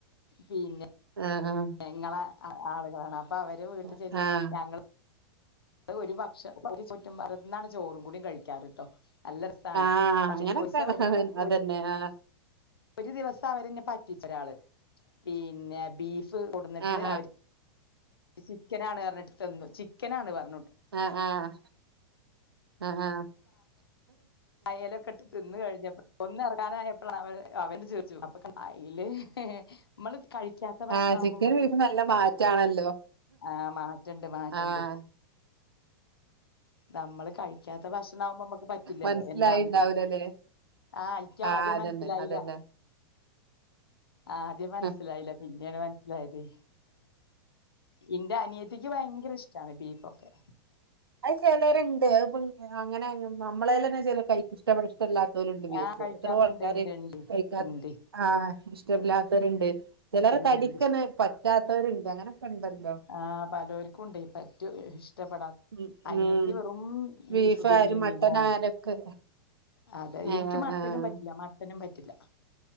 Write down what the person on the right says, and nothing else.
ആ, ആ.
ആഹ്
ആഹ്
ആഹ്
അങ്ങനൊക്കെ
അതന്നെ ആഹ്
ആഹ്
ആ, ആ, ആ, ആ.
ആഹ്
ചിക്കനും
ബീഫും നല്ല മാറ്റാണല്ലോ
ആഹ്
മനസ്സിലായിണ്ടാവൂലല്ലേ
ആഹ്
അതന്നെ
അതന്നെ
ഉം.
അത് ചിലരുണ്ട് ഇപ്പ അങ്ങനെ നമ്മളെലന്നെ ചില കഴിക്കിഷ് ഇഷ്ടപ്പെ ഇഷ്ടമല്ലാത്ത ഓലുണ്ട് ബീഫ്
എത്രയോ ആൾക്കാര്
കഴിക്കാത്ത
ആഹ് ഇഷ്ടമല്ലാത്തവരുണ്ട് ചിലർ
തടിക്കന്നെ
പറ്റാത്തവരുണ്ട് അങ്ങനെ ഒക്കെ ഇണ്ടല്ലോ
ഉം
ഉം
ബീഫായാലും
മട്ടൻ
ആയാലൊക്കെ
ആഹ് ആഹ്